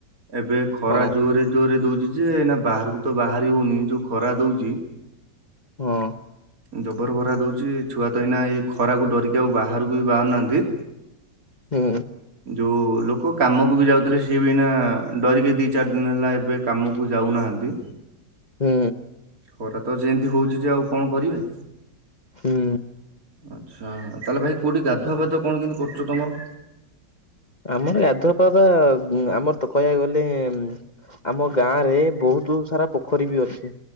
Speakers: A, on the right; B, on the left.
A: ଏବେ ଖରା
B: ହଁ
A: ଜୋରରେ ଜୋରରେ ଦଉଚି ଯେ ଏଇନା ବାହାରକୁ ତ ବାହାରି ହଉନି ଯୋଉ ଖରା ଦଉଚି।
B: ହଁ।
A: ଜବର ଖରା ଦଉଚି ଛୁଆ ତ ଏଇନା ଏଇ ଖରାକୁ ଡରି କି ଆଉ ବାହାରକୁ ବି ବାହାରୁ ନାହାନ୍ତି।
B: ହୁଁ
A: ଯୋଉ ଲୋକ କାମକୁ ବି ଯାଉଥିଲେ ସିଏ ବି ଏଇନା ଡରିକି ଦି ଚାରି ଦିନ ହେଲା ଏବେ କାମକୁ ଯାଉନାହାନ୍ତି।
B: ହୁଁ
A: ଖରା ତ ଯେମିତି ହଉଛି ଯେ, ଆଉ କଣ କରିବେ।
B: ହୁଁ।
A: ଆଚ୍ଛା, ତାହାଲେ ଭାଇ କୋଉଠି ଗାଧୁଆ ପାଧୁଆ କଣ କେମିତି କରୁଛ ତମର?
B: ଆମର ଗାଧୁଆ ପାଧୁଆ ଆମର ତ କହିବାକୁ ଗଲେ, ଆମ ଗାଁଆରେ ବହୁତୁ ସାରା ପୋଖରୀ ବି ଅଛି।